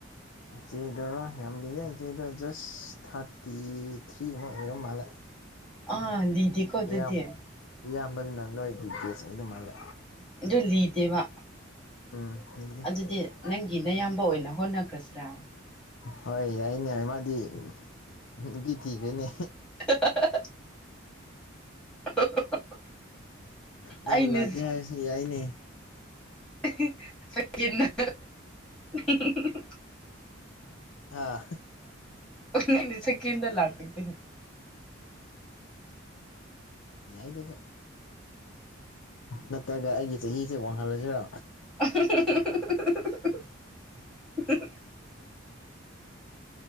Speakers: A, on the left; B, in the centre.
A: ꯏꯆꯦꯗꯣ ꯌꯥꯝꯂꯤꯌꯦ ꯏꯆꯦꯗꯣ ꯖꯁ ꯊꯥꯔꯇꯤ ꯊ꯭ꯔꯤ ꯑꯃ ꯑꯣꯏꯔ ꯃꯥꯜꯂꯦ
B: ꯑꯥ ꯂꯤꯗꯤꯀꯣ
A: ꯏꯌꯥꯝ
B: ꯗꯨꯗꯤ
A: ꯏꯌꯥꯝꯕꯗꯨꯅ ꯅꯣꯏꯒꯤ ꯕꯦꯁ ꯑꯣꯢꯒꯗꯨ ꯃꯥꯜꯂꯦ
B: ꯑꯗꯨ ꯂꯤꯗꯦꯕ
A: <unintelligible>
B: ꯑꯗꯨꯗꯤ ꯅꯪꯒꯤ ꯅꯌꯥꯝꯕ ꯑꯣꯏꯅ ꯍꯣꯠꯅꯈ꯭ꯔꯁꯤꯔꯥ
A: ꯍꯣꯏ ꯌꯥꯏꯌꯦ ꯌꯥꯢꯌꯦ ꯃꯥꯗꯤ ꯃꯨꯗꯨꯒꯤ ꯀꯤꯗꯦꯅꯦ
B: <inaudible> <unintelligible>
A: ꯅꯪꯅ
B: ꯑꯩꯅ
A: ꯂꯥꯛꯀꯦ ꯍꯥꯏꯔꯁꯨ ꯌꯥꯏꯅꯦ
B: <unintelligible>
A: ꯑꯥ
B: ꯑꯩꯅ ꯁꯦꯀꯦꯟꯗ ꯂꯥꯛ ꯇꯗꯤ
A: ꯌꯥꯏꯗꯨꯁꯨ ꯅꯠꯇ꯭ꯔꯒ ꯑꯩꯒꯤ ꯆꯍꯤꯁꯦ ꯋꯥꯡꯍꯜꯂꯁꯤꯔꯣ
B: <unintelligible> <unintelligible>